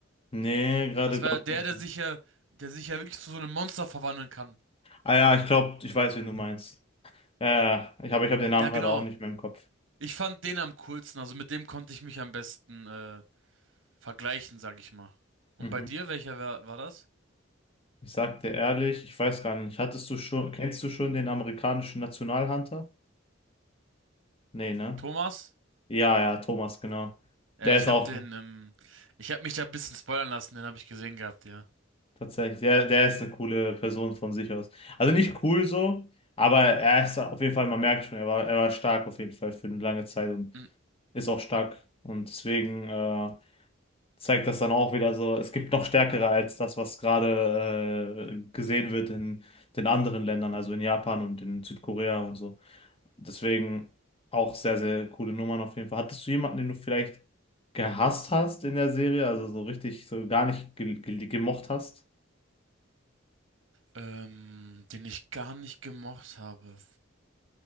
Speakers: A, on the left; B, on the right.
A: Nee, gerade
B: Das
A: glaube
B: war ja der,
A: ich.
B: der sich ja, der sich ja wirklich zu so einem Monster verwandeln kann.
A: Ah ja, ich glaube, ich weiß, wen du meinst. Ja, ja, ich habe ich hab den Namen
B: Ja, genau.
A: gerade auch nicht mehr im Kopf.
B: Ich fand den am coolsten, also mit dem konnte ich mich am besten äh, vergleichen, sag ich mal. Und
A: Mhm.
B: bei dir, welcher war, war das?
A: Ich sag dir ehrlich, ich weiß gar nicht, hattest du schon, kennst du schon den amerikanischen Nationalhunter? Nee, ne?
B: Thomas?
A: Ja, ja, Thomas, genau.
B: Ja,
A: Der
B: ich
A: ist auch
B: hab den, ähm, ich hab mich da ein bisschen spoilern lassen, den habe ich gesehen gehabt, ja.
A: tatsächlich, der, der ist eine coole Person von sich aus. Also nicht cool so, aber er ist auf jeden Fall, man merkt schon, er war, er war stark auf jeden Fall für eine lange Zeit und
B: Hm,
A: ist auch stark. Und deswegen äh, zeigt das dann auch wieder so, es gibt noch stärkere als das, was gerade äh, gesehen wird in den anderen Ländern, also in Japan und in Südkorea und so. Deswegen auch sehr, sehr coole Nummern auf jeden Fall. Hattest du jemanden, den du vielleicht gehasst hast in der Serie, also so richtig, so gar nicht ge ge gemocht hast?
B: Ähm, den ich gar nicht gemocht habe.